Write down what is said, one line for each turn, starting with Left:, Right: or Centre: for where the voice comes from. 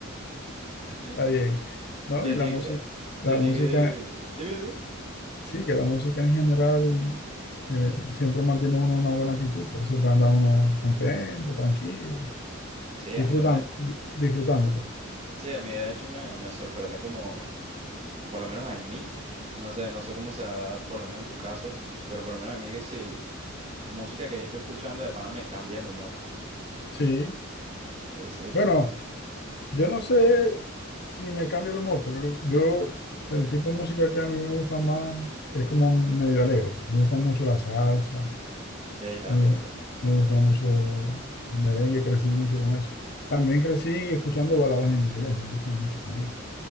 Right: <laughs>
Left: está bien. No,
Right: Y a
Left: y
Right: ti,
Left: la música, la
Right: y a ti
Left: música,
Right: que, dime, dime.
Left: sí, que la música en general. eh, siempre mantiene uno una buena actitud, pues, siempre anda uno contento, tranquilo,
Right: Sí,
Left: disfrutando,
Right: a mí de,
Left: disfrutándolo.
Right: sí, a mí de hecho me, me sorprende como, por lo menos en mí, no sé, no sé cómo será, por lo menos en tu caso, pero por lo menos en mí que si música que yo esté escuchando de pana me cambia el humor.
Left: Sí.
Right: Sí, sí, tipo,
Left: Bueno, yo no sé si me cambio el humor, porque yo, el tipo de música que a mí me gusta más es como medio alegre. Me gusta mucho la salsa,
Right: eh, también,
Left: me, gu-
Right: también.
Left: me gusta mucho el merengue, crecí mucho con eso. También crecí escuchando baladas en inglés, me gustan mucho también.